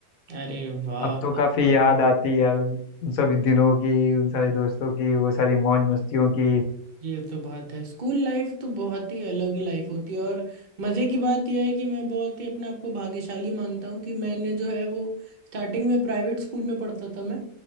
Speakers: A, on the right; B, on the left.
A: अरे वाह
B: अब तो काफी याद आती है यार उन सभी दिनों की उन सारे दोस्तों की वो सारी मौज मस्तियों की
A: ये तो बात है स्कूल लाइफ तो बहुत ही अलग लाइफ होती है और मज़े की बात यह है कि मैं बहुत ही अपने आप को भाग्यशाली मानता हूँ कि मैंने जो है वो स्टार्टिंग में प्राइवेट स्कूल में पढ़ता था मैं